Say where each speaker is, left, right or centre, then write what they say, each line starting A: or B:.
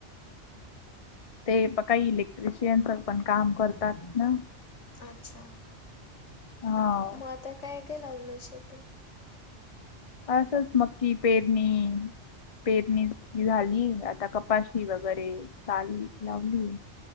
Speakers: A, on the left; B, on the left.
A: ते प काही इलेक्ट्रिशियनच पण काम करतात ना
B: अच्छा
A: हा.
B: मग आता काय काय लावलं शेेत
A: आसच मकीी पेर्णी पेरणी झाली आता कपाशी वगैरे चाल लावली